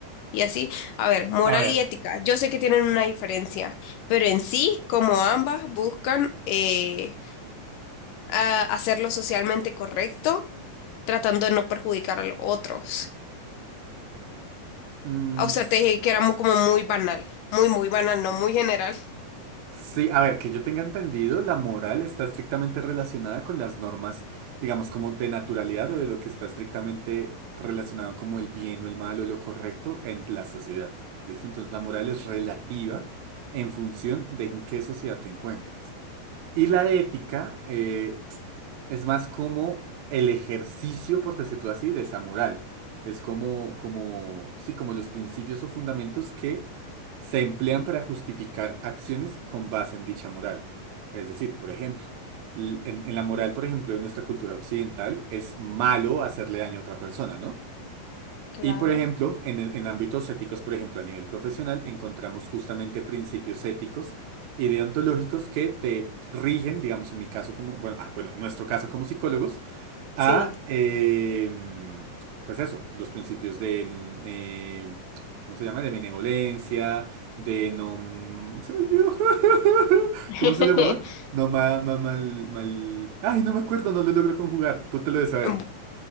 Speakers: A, on the left; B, on the right.
A: y así. A ver, moral
B: A ver.
A: y ética, yo sé que tienen una diferencia, pero en sí, como ambas buscan eh, a- hacerlo socialmente correcto, tratando de no perjudicar a los otros.
B: mm,
A: O sea, te dije que era mu- como muy banal, muy, muy banal, no muy general.
B: Sí, a ver, que yo tenga entendido, la moral está estrictamente relacionada con las normas, digamos, como de naturalidad o de lo que está estrictamente relacionado como el bien o el mal o lo correcto en la sociedad. ¿Listo? Entonces la moral es relativa en función de en qué sociedad te encuentres. Y la ética eh, es más como el ejercicio, por decirlo así, de esa moral. Es como, como, sí, como los principios o fundamentos que se emplean para justificar acciones con base en dicha moral. Es decir, por ejemplo, l- en, en la moral, por ejemplo, de nuestra cultura occidental, es malo hacerle daño a otra persona, ¿no?
A: Claro,
B: Y por ejemplo, en, en ámbitos éticos, por ejemplo, a nivel profesional, encontramos justamente principios éticos y deontológicos que te rigen, digamos, en mi caso como, bueno, ah, bueno, en nuestro caso como psicólogos, a,
A: sí.
B: eh, pues eso, los principios de, mm, eh, ¿cómo se llama? De benevolencia, de no... mm, Se me olvidó. <laughs>
A: <laughs>
B: ¿Cómo se llamaba? No, ma, ma- mal, mal... Ay, no me acuerdo, no lo logro conjugar. Tú te lo debes saber.
A: <laughs>